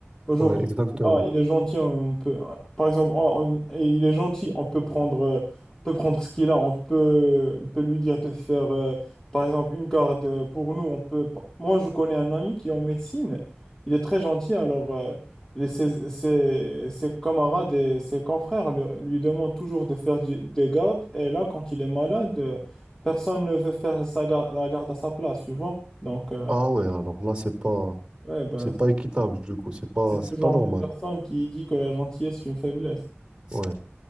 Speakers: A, on the left (about 15°); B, on the right (about 20°).
A: Aujourd'hui,
B: ouais, exactement.
A: ah, il est gentil, on peut. Par exemple, on- on- il est gentil, on peut prendre, euh, on peut prendre ce qu'il a, on peut, on peut lui dire de faire, euh, par exemple, une garde euh, pour nous. On peut, pas- moi, je connais un ami qui est en médecine, il est très gentil, alors euh, les- ses, ses- ses camarades et ses confrères le- lui demandent toujours de faire du- des gardes, et là, quand il est malade, euh, personne ne veut faire sa garde, la garde à sa place, tu vois? Donc, euh,
B: Ah ouais, alors là, c'est pas,
A: ouais, ben,
B: c'est pas équitable du coup, c'est pas,
A: c'est
B: c'est
A: ce genre
B: pas normal.
A: de personne qui dit que la gentillesse est une faiblesse.
B: Ouais.